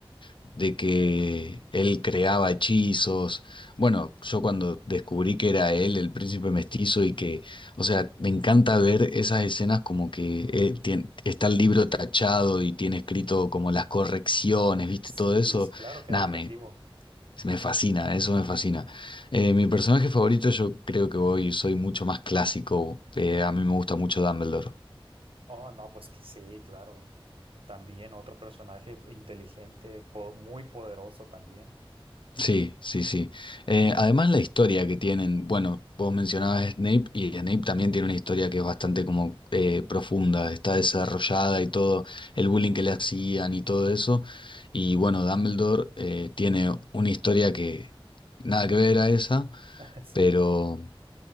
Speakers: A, on the left; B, on the right.
A: de que él creaba hechizos. Bueno, yo cuando descubrí que era él, el príncipe mestizo, y que, o sea, me encanta ver esas escenas como que eh, tien- está el libro tachado y tiene escrito como las correcciones, ¿viste?
B: Sí,
A: Todo eso,
B: es claro que
A: nada,
B: era creativo.
A: me, me fascina, eso me fascina. Eh, mi personaje favorito, yo creo que hoy soy mucho más clásico, eh, a mí me gusta mucho Dumbledore.
B: Oh, no, pues que sí, claro. También otro personaje inteligente, po- muy poderoso también.
A: Sí, sí, sí. Eh, además la historia que tienen, bueno, vos mencionabas a Snape y Snape también tiene una historia que es bastante como eh, profunda, está desarrollada y todo, el bullying que le hacían y todo eso. Y bueno, Dumbledore eh, tiene una historia que nada que ver a esa,
B: <laughs> Sí,
A: pero